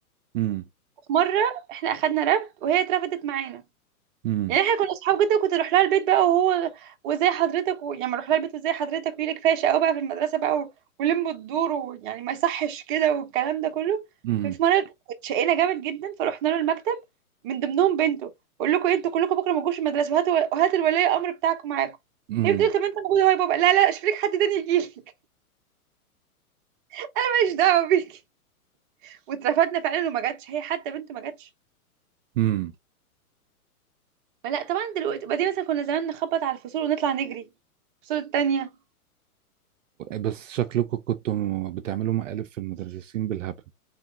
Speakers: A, on the right (about 55°); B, on the right (about 35°).
A: امم
B: في مره احنا اخدنا رفد وهي اترفدت معانا
A: امم
B: يعني احنا كنا اصحاب جدا وكنت اروح لها البيت بقى وهو وزي حضرتك و... يعني اروح لها البيت وزي حضرتك ويلي كفايه شقاوه بقى في المدرسه بقى و... ولم الدور ويعني ما يصحش كده والكلام ده كله
A: امم
B: ففي مره اتشقينا جامد جدا فرحنا له المكتب من ضمنهم بنته بقول لكم إيه، انتوا كلكم بكره ما تجوش المدرسه وهاتوا وهاتوا الولي الامر بتاعكم معاكم
A: امم
B: هي بتقول طب انت موجوده اهو يا بابا لا لا اشوف لك حد تاني يجي لك <laughs> ماليش دعوه بيكي واترفدنا فعلا وما جاتش هي حتى بنته ما جاتش
A: امم <laughs>
B: فلا طبعا دلوقتي بعدين مثلا كنا زمان نخبط على الفصول ونطلع نجري الفصول التانية
A: بس شكلكم كنتوا بتعملوا مقالب في المدرسين بالهبل